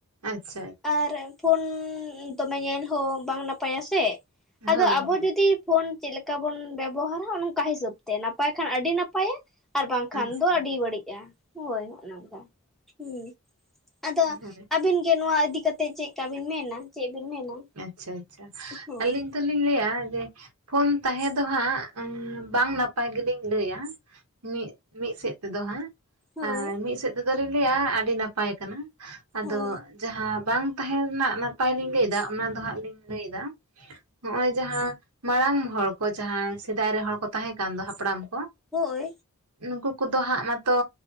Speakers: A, on the right (about 85°); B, in the centre.
A: ᱟᱪᱪᱷᱟ ᱟᱪᱪᱷᱟ᱾
B: ᱟᱨ ᱯᱷᱳᱱ ᱫᱚᱢᱮ ᱧᱮᱞ ᱦᱚᱸ ᱵᱟᱝ ᱱᱟᱯᱟᱭ-ᱟ ᱥᱮ,
A: ᱦᱳᱭ
B: ᱟᱫᱚ ᱟᱵᱚ
A: ᱦᱳᱭ
B: ᱡᱩᱫᱤ ᱯᱷᱳᱱ ᱪᱮᱫ ᱞᱮᱠᱟ ᱵᱚᱱ ᱵᱮᱵᱚᱦᱟᱨᱟ ᱚᱱᱚᱝᱠᱟ ᱦᱤᱥᱟᱹᱵ ᱛᱮ ᱱᱟᱯᱟᱭ ᱠᱷᱟᱱ ᱟᱹᱰᱤ ᱱᱟᱯᱟᱭ-ᱟ, ᱟᱨ ᱵᱟᱝᱠᱷᱟᱱ
A: ᱟᱪᱪᱷᱟ
B: ᱫᱚ ᱟᱹᱰᱤ ᱵᱟᱹᱲᱤᱡᱼᱟ, ᱦᱳᱭ ᱱᱚᱜᱼᱚ ᱱᱚᱝᱠᱟ᱾ ᱦᱩᱸ, ᱟᱫᱚ
A: ᱦᱳᱭ
B: ᱟᱵᱤᱱ ᱜᱮ ᱱᱚᱣᱟ ᱤᱫᱤ ᱠᱟᱛᱮᱜ ᱪᱮᱫᱠᱟ ᱵᱤᱱ ᱢᱮᱱᱟ ᱪᱮᱫ ᱵᱤᱱ ᱢᱮᱱᱟ?
A: ᱟᱪᱪᱷᱟ ᱟᱪᱪᱷᱟ,
B: ᱦᱳᱭ
A: ᱟᱞᱤᱧ ᱫᱚᱞᱤᱧ ᱞᱟᱹᱭᱟ ᱡᱮ, ᱯᱷᱳᱱ ᱛᱟᱦᱮᱸ ᱫᱚ ᱦᱟᱸᱜ ᱵᱟᱝ ᱱᱟᱯᱟᱭ ᱜᱮᱞᱤᱧ ᱞᱟᱹᱭᱟ, ᱢᱤᱫ, ᱢᱤᱫ ᱥᱮᱫ ᱛᱮᱫᱚ ᱦᱟᱸᱜ᱾
B: ᱦᱳᱭ
A: ᱟᱨ ᱢᱤᱫ ᱥᱮᱫ ᱛᱮᱫᱚᱞᱤᱧ ᱞᱟᱹᱭᱟ ᱟᱰᱤ ᱱᱟᱯᱟᱭ ᱠᱟᱱᱟ, ᱟᱫᱚ
B: ᱦᱳᱭ
A: ᱡᱟᱦᱟᱸ ᱵᱟᱝ ᱛᱟᱦᱮᱸ ᱨᱮᱱᱟᱜ ᱱᱟᱯᱟᱭ ᱞᱤᱧ ᱞᱟᱹᱭᱮᱫᱟ ᱚᱱᱟ ᱫᱚ ᱦᱟᱸᱜ ᱞᱤᱧ ᱞᱟᱹᱭ ᱮᱫᱟ, ᱦᱚᱸᱜ-ᱚᱭ ᱡᱟᱦᱟᱸ, ᱢᱟᱲᱟᱝ ᱦᱚᱲ ᱠᱚ ᱡᱟᱦᱟᱸᱭ ᱥᱮᱫᱟᱭ ᱨᱮᱱ ᱦᱚᱲ ᱠᱚ ᱛᱟᱦᱮᱸ ᱠᱟᱱ ᱫᱚ ᱦᱟᱯᱲᱟᱢ ᱠᱚ,
B: ᱦᱳᱭ
A: ᱱᱩᱠᱩ ᱠᱩᱫᱚ ᱦᱟᱸᱜ ᱢᱟᱛᱚ